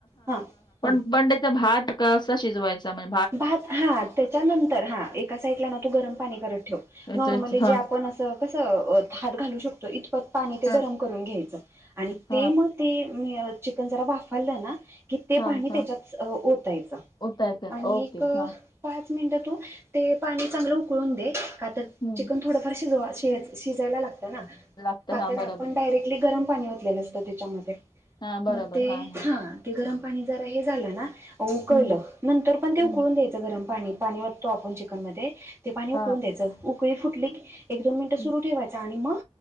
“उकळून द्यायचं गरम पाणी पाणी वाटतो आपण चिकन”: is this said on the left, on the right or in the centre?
Right